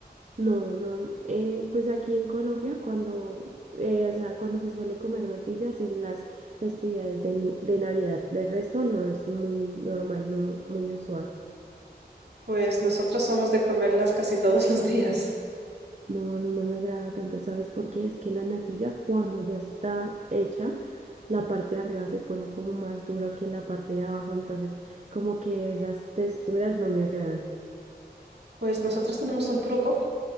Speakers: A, on the right; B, on the right.
A: No, no, eh, pues aquí en Colombia cuando, eh, o sea, cuando se suele comer natillas en las festividades de, de Navidad, de resto no es muy normal, no muy usual.
B: Pues nosotros somos de comerlas casi todos <laughs> los días.
A: No, a mí no me agrada tanto, ¿sabes por qué? Es que la natilla cuando ya está hecha, la parte de arriba se pone como más dura que la parte de abajo, entonces como que esas texturas no me agradan.
B: Pues nosotros tenemos un truco